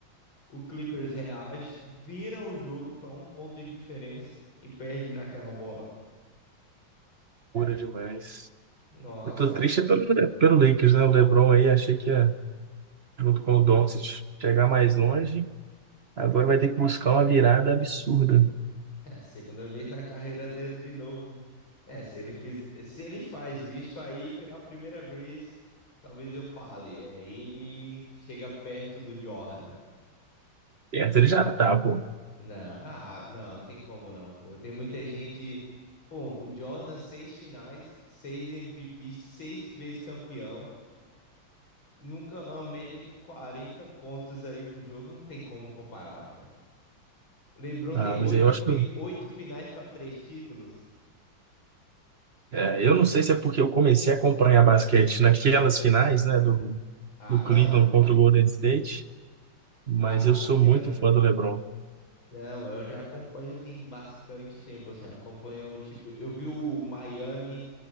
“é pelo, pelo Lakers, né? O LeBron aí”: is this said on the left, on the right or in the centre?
Right